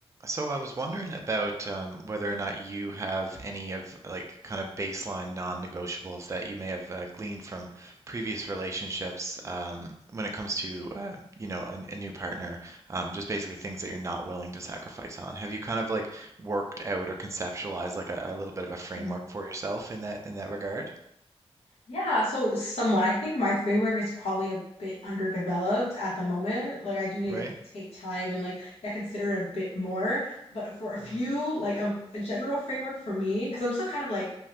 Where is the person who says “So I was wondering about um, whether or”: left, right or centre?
Right